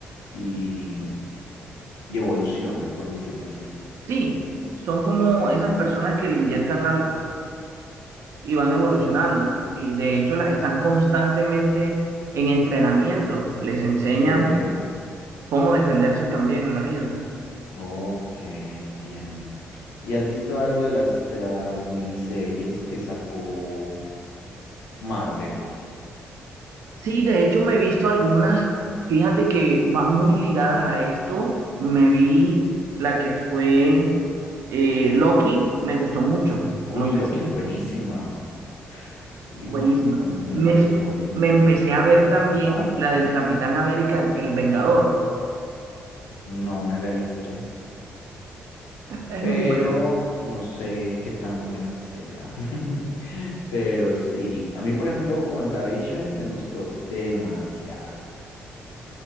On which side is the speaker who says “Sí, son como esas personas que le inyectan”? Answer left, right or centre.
Right